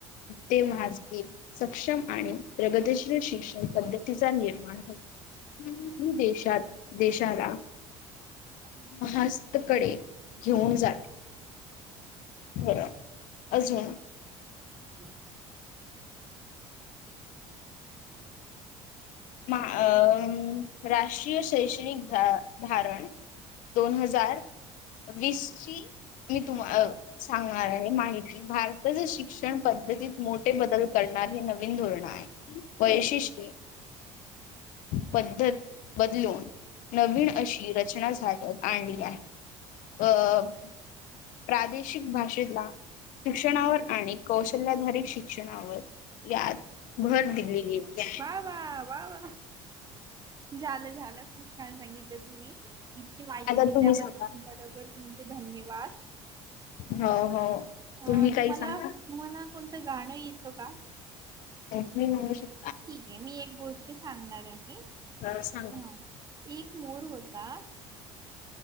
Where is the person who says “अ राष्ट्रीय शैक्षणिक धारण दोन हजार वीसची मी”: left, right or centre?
Left